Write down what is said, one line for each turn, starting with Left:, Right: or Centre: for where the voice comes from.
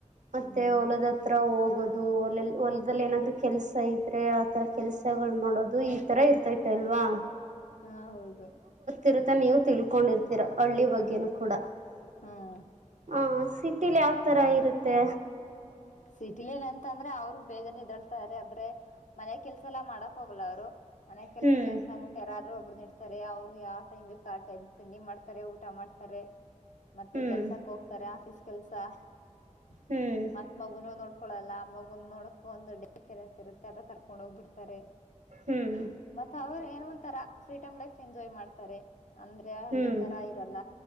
Right: ಮತ್ತೆ
Left: ಹ್ಮ್
Right: ಹಲದ ಆರ ಹೋಗೋದು ಒ ಹೊಲ್ದಲ್ಲಿ ಏನಾದ್ರು ಕೆಲ್ಸ ಇದ್ರೆ ಆತರ ಕೆಲ್ಸಗಳು ಮಾಡೋದು ಈ ತರ ಇರ್ತೈತೆ ಅಲ್ವಾ
Left: ಹಾ ಹೌದು
Right: ಿರತ ನೀವು ತಿಳ್ಕೊಂಡಿರ್ತೀರಾ ಹಳ್ಳಿ ಬಗ್ಗೆನು ಕೂಡ
Left: ಹ್ಮ್
Right: ಹ ಸಿಟಿಲಿ ಯಾವ ತರ ಇರುತ್ತೆ
Left: ಸಿಟಿಲನಂತ ಅಂದ್ರೆ ಅವ್ರು ಬೇಗನೆ ಇದಳ್ತಾರೆ ಅ ಆದ್ರೆ ಮನೆ ಕೆಲ್ಸ ಎಲ್ಲಾ ಮಾಡಕ್ ಹೋಗ್ಲ ಅವ್ರು ಮನೆ ಕೆಲ್ಸಕ್ಕೆ
Right: ಹ್ಮ್
Left: ಅಂತ ಮುಟ್ಟ ಯಾರಾದ್ರರು ಒಡ್ತಾರೆ ಅವ್ರರು ಯಾವ ಟೈಮ್ ಬೇಕು ಆ ಟೈಮ್ ತಿಣಿ ಮಾಡ್ತಾರೆ ಊಟ ಮಾಡ್ತಾರೆ ಮತ್ತೆ
Right: ಹ್ಮ್
Left: ಕೆಲ್ಸಕ್ಕೆ ಹೋಗ್ತಾರೆ ಆಫೀಸ್ ಕೆಲ್ಸ
Right: ಹ್ಮ್
Left: ಮತ್ ಮಗುನು ನೋಡ್ ಹಕೊಳ್ಳಳಲ್ಲ ಆ ಮಗು ನೋಡಕಕ್ ಒಂದು ಡ ಕೆರೆ ಅಂತಿರುತ್ತೆಲ್ಲ ಕರ್ಕೊಂಡ್ ಹೋಗ್ಬ ಬಿಡ್ತಾರೆ
Right: ಹ್ಮ್
Left: ಬತ್ತಾವ ಒಂ ತರ ಫ್ರೀಡಮ್ ಲೈಫ್ ಎಂಜಾಯ್ ಮಾಡ್ತಾರೆ ಅಂದ್ರೆ ಹಳ್ಳಿ
Right: ಹ್ಮ್
Left: ತರ ಇರಲ್ಲ